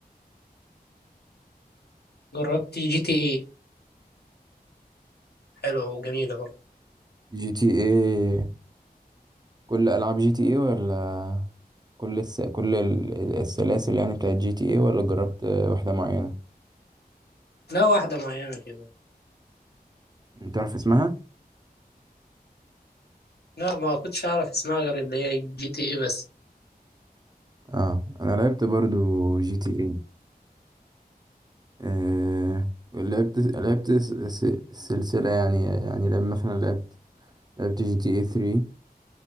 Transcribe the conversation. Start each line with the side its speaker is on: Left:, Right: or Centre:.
Left: جربت جي تي ايه حلوة وجميلة برضه
Right: جي تي ايه كل ألعاب جي تي ايه ولا كل الس... كل ال- السلاسل يعني بتاعت جي تي ايه ولا جربت آه، واحدة معينة
Left: لا واحدة معينة كده
Right: انت عارف اسمها
Left: لا ما كنتش أعرف اسمها غير اللي هي جي تي ايه بس
Right: اه انا لعبت برضو جي تي ايه، آه لعبت لعبت الس- الس- السلسلة يعني يعني لعب مثلا لعبت لعبت جي تي اي 3